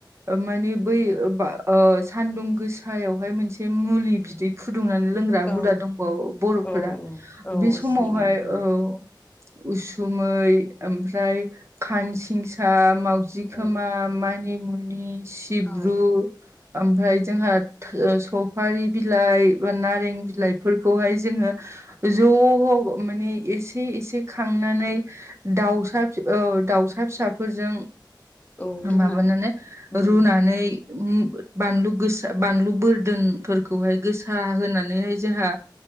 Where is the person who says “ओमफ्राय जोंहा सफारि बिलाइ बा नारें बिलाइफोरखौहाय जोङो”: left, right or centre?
Right